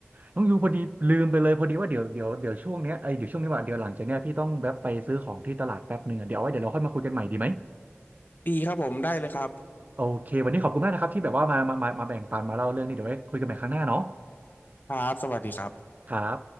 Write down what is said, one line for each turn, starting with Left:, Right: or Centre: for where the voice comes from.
Right: น้องยูพอดีลืมไปเลยพอดีว่าเดี๋ยวเดี๋ยวเดี๋ยวช่วงเนี้ยไอยเดี๋ยวช่วงนี้ว่าเดี๋ยวหลังจากเนี้ยพี่ต้องแวะไปซื้อของที่ตลาดแป๊บหนึ่งอะเดี๋ยวเอาไว้เดี๋ยวเราค่อยมาคุยกันใหม่ดีไหม
Left: ดีครับผมได้เลยครับ
Right: โอเควันนี้ขอบคุณมากนะครับที่แบบว่ามามามามาแบ่งปันมาเล่าเรื่องนี้เดี๋ยวไว้คุยกันใหม่ครั้งหน้าเนาะ
Left: ครับสวัสดีครับ
Right: ครับ